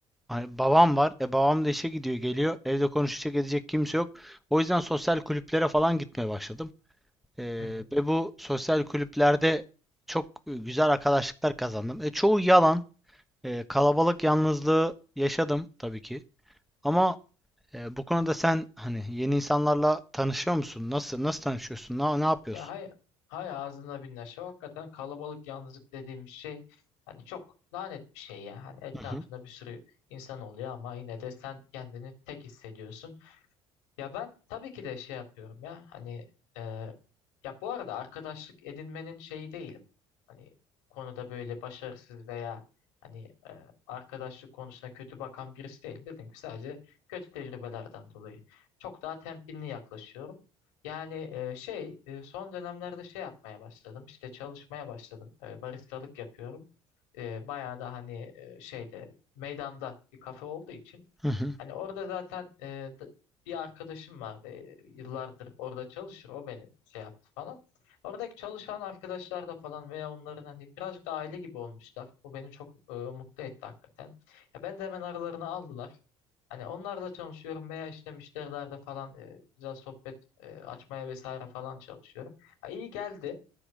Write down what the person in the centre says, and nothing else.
hani babam var. E, babam da işe gidiyor geliyor. Evde konuşacak edecek kimse yok. O yüzden sosyal kulüplere falan gitmeye başladım. E,
ve bu sosyal kulüplerde çok e, güzel arkadaşlıklar kazandım. E, çoğu yalan. E, kalabalık yalnızlığı yaşadım tabii ki. Ama e, bu konuda sen hani yeni insanlarla tanışıyor musun? Nasıl nasıl tanışıyorsun? Ne, ne yapıyorsun?
Hı hı.
Hı hı.